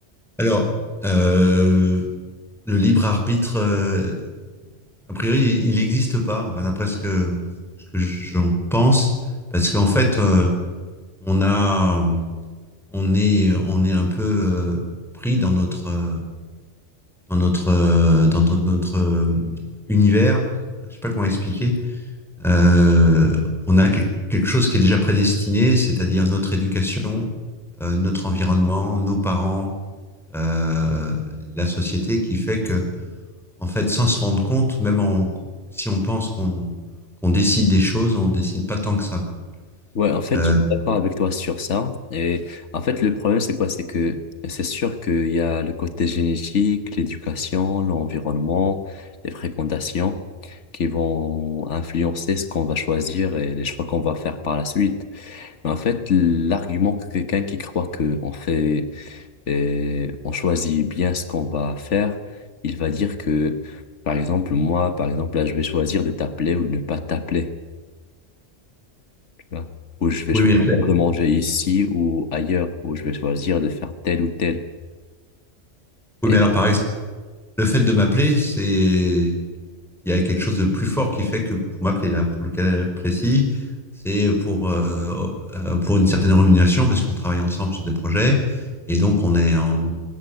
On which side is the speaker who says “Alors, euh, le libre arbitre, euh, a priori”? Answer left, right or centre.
Centre